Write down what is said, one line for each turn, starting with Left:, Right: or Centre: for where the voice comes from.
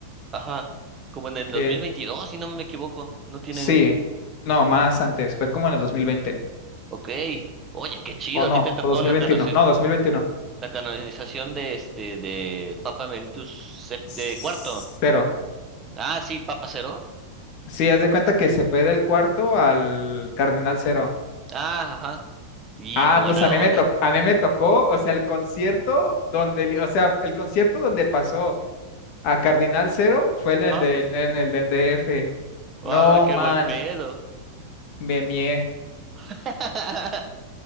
Right: ajá, como en el 2022,
Left: eh,
Right: si no me equivoco. No tiene...
Left: Sí, no, más antes, fue como en el 2020
Right: Ok, oye, qué chido,
Left: o
Right: a ti
Left: no,
Right: te tocó
Left: o dos
Right: la,
Left: mil veintiuno
Right: canoci-
Left: no, 2021
Right: la canonización de este, de Papa Emeritus sep-
Left: cero.
Right: de cuarto. Ah, sí, Papa Cero.
Left: Sí, haz de cuenta que se fue del cuarto al Cardenal cero.
Right: Ah, ajá. Y
Left: Ah,
Right: qué buena
Left: pues a mí
Right: onda.
Left: me tocó, a mí me tocó, o sea, el concierto donde, li- o sea, el concierto donde pasó a Cardinal cero fue en
Right: Ajá.
Left: el de, en el del DF.
Right: Ah,
Left: No,
Right: qué
Left: man,
Right: buen pedo.
Left: me mié.
Right: <laughs>